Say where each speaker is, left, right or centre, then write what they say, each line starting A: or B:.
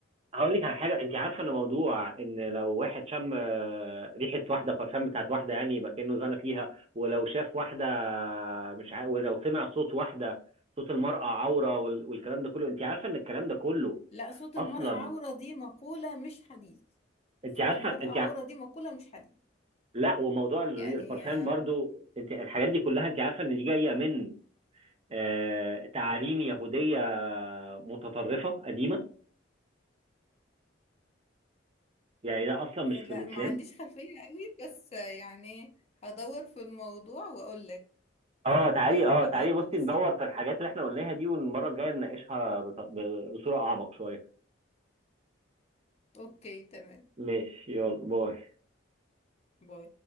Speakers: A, on the right; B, on the left.
A: هقول لك على حاجه انت عارفه ان موضوع ان لو واحد شم آه، ريحه واحده بارفان بتاعت واحده يعني يبقى كانه زنى فيها ولو شاف واحده مش عارف ولو سمع صوت واحده صوت المرأة عورة وال- والكلام ده كله انت عارفه ان الكلام ده كله
B: لا صوت
A: اصلا
B: المرأة عورة دي مقولة مش حديث
A: انت
B: صوت
A: عارفه
B: المرأة
A: انت
B: عورة
A: ع...
B: دي مقولة مش حديث
A: لا وموضوع ال-
B: يعني
A: البرفان
B: آه،
A: برضو انت الحاجات دي كلها انت عارفه ان دي جايه من آه، تعاليم يهودية متطرفة قديمة يعني ده أصلا مش في
B: لا
A: الإسلام
B: ما عنديش خلفية قوي بس آه، يعني هدور في الموضوع واقول لك
A: اه تعالي
B: ده على
A: اه تعالي
B: بقى التفاصيل
A: بصي ندور في الحاجات اللي احنا قلناها دي والمرة الجاية نناقشها بط- ب- بصورة أعمق شوية
B: اوكي تمام
A: ماشي يلا باي
B: باي